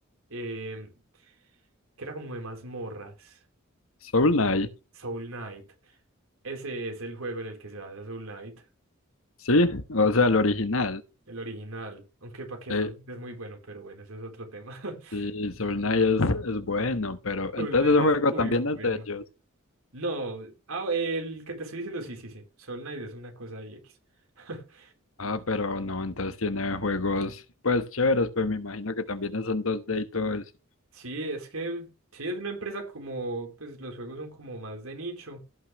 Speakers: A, on the right; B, on the left.
A: eh, que era como de mazmorras?
B: Soul
A: Mm.
B: Knight,
A: Soul Knight. Ese es el juego en el que se basa Soul Knight,
B: sí, o sea, el original.
A: el original. Aunque para que
B: Eh,
A: Soul Knight es muy bueno, pero bueno, ese es otro tema. <laughs>
B: Sí, Soul Knight es, es bueno, pero
A: Soul
B: entonces
A: Knight
B: el
A: es
B: juego
A: muy
B: también
A: bueno.
B: es de ellos.
A: No, ah, el que te estoy diciendo, sí, sí, sí. Soul Knight es una cosa ahí X. <laughs>
B: Ah, pero no, entonces tiene juegos pues chéveres, pues me imagino que también son dos d y todo eso.
A: Sí, es que sí es una empresa como, pues los juegos son como más de nicho, o